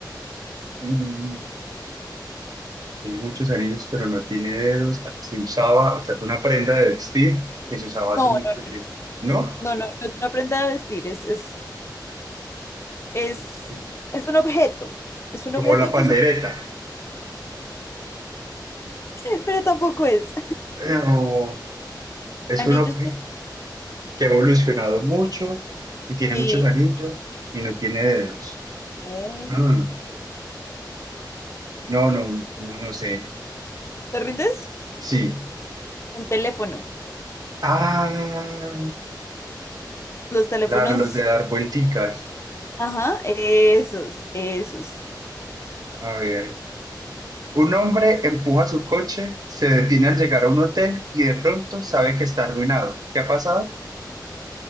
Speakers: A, on the right; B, on the left.
A: Mm, tiene muchos anillos, pero no tiene dedos. Se usaba, o sea, es una prenda de vestir que se usaba hace
B: no,
A: mucho
B: no,
A: tiempo. ¿No?
B: no, no, no, no es una prenda de vestir, es, es, es,
A: Es, eh,
B: es un objeto. Es un
A: como
B: objeto
A: la pandereta.
B: que se... <laughs> pero tampoco es.
A: No. Es
B: Anillos,
A: un objeto
B: por-
A: que ha evolucionado mucho y tiene
B: sí.
A: muchos anillos y no tiene dedos.
B: Eh,
A: Mm, no, no, no, no sé.
B: ¿Te rindes?
A: Sí.
B: Un teléfono.
A: Ah,
B: Los teléfonos
A: claro, los de dar vuelticas.
B: Ajá, esos, esos.
A: A ver. Un hombre empuja su coche, se detiene al llegar a un hotel y de pronto sabe que está arruinado. ¿Qué ha pasado?